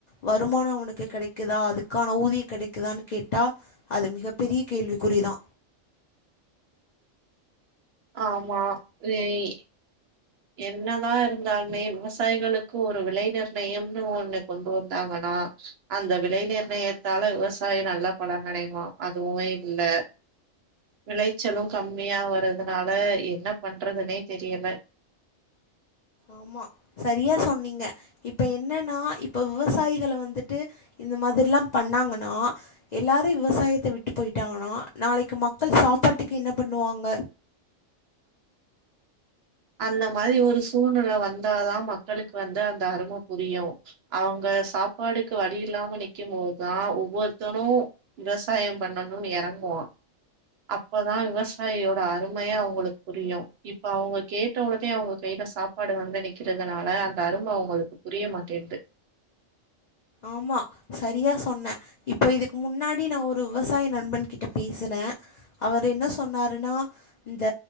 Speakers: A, on the left; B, on the right.
A: வருமானோ அவனுக்கு கெடைக்குதா அதுக்கான ஊதியு கெடைக்குதான்னு கேட்டா அது மிகப்பெரிய கேள்விக்குறிதா
B: ஆமா வ ய் என்னதா இருந்தாலுமே விவசாயிகளுக்கு ஒரு விலை நிர்ணயம்னு ஒண்ணு கொண்டு வந்தாங்கனா அந்த விலை நிர்ணயத்தால விவசாயோ நல்லா பலன் அடையுமா அதுவு இல்ல விளைச்சலு கம்மியா வரதுனால என்ன பண்றதுன்னே தெரியல
A: ஆமா சரியா சொன்னீங்க இப்ப என்னென்னா இப்ப விவசாயிகள வந்துட்டு இந்த மாதிர்ல்லா பண்ணாங்கன்னா எல்லாரு விவசாயத்த விட்டு போய்ட்டாங்கன்னா நாளைக்கு மக்கள் சாப்பாட்டுக்கு என்ன பண்ணுவாங்க
B: அந்த மாரி ஒரு சூழ்நில வந்தாதா மக்களுக்கு வந்து அந்த அரும புரியு அவுங்க சாப்பாடுக்கு வழி இல்லாம நிக்கும் போத்தா ஒவ்வொருத்தரு விவசாயம் பண்ணணுனு எறங்குவோ அப்பதா விவசாயியோட அருமையே அவங்களுக்கு புரியு இப்ப அவுங்க கேட்டவுடனே அவுங்க கைல சாப்பாடு வந்து நிக்கிறதுனால அந்த அரும அவுங்களுக்கு புரியமாட்டேன்து
A: ஆமா சரியா சொன்ன இப்போ இதுக்கு முன்னாடி நா ஒரு விவசாய நண்பன் கிட்ட பேசுனே அவர் இன்னா சொன்னாருனா இந்த